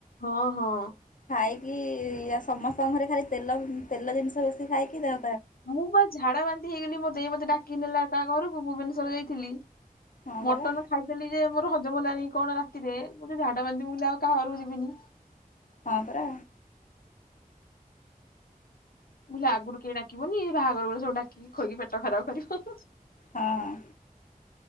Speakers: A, on the left; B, on the left.
A: ହଁ, ହଁ।
B: ଖାଇକି ଆ, ସମସ୍ତଙ୍କ ଘରେ ଖାଲି ତେଲ ତେଲ ଜିନିଷ ବେଶି ଖାଇକି ଦେ
A: ମୁଁ ବା ଝାଡା ବାନ୍ତି ହେଇଗଲି ମୋ ଦେଇ ମୋତେ ଡାକିକି ନେଲା ତା ଘରକୁ, ଭୁବନେଶ୍ୱର ଯାଇଥିଲ,
B: ହଁ ପରା
A: ମଟନ୍ ଖାଇଦେଲି ଯେ ମୋର ହଜମ ହେଲାନି କଣ ରାତିରେ ମୁଁ ବି ଝାଡ଼ା ବାନ୍ତି, ମୁଁ କହିଲି ଆଉ କାହା ଘରକୁ ଯିବିନି।
B: ହଁ ପରା।
A: ମୁଁ କହିଲି ଆଗରୁ କେହି ଡାକିବନି, ଏ ବାହାଘର ବେଳେ ସବୁ ଡାକିକି ଖୋଇକି ପେଟ ଖରାପ କରିବ। ହୁଁ।
B: ହଁ।